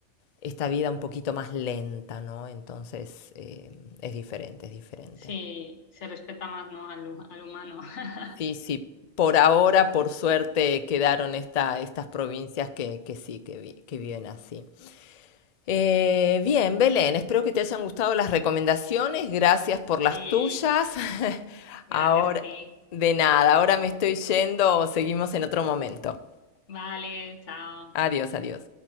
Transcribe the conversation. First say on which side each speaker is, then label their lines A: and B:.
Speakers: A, on the left; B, on the left.
A: esta vida un poquito más lenta, ¿no? Entonces eh, es diferente, es diferente.
B: sí, se respeta más, ¿no? al hu- al humano. <laughs>
A: Sí, sí. Por ahora, por suerte, quedaron esta, estas provincias que, que sí, que, vi- que viven así. Eh, bien, Belén, espero que te hayan gustado las recomendaciones. Gracias por las
B: Sí,
A: tuyas. <laughs>
B: gracias
A: Ahora,
B: a ti.
A: de nada, ahora me estoy yendo. Seguimos en otro momento.
B: Vale, chao.
A: Adiós, adiós.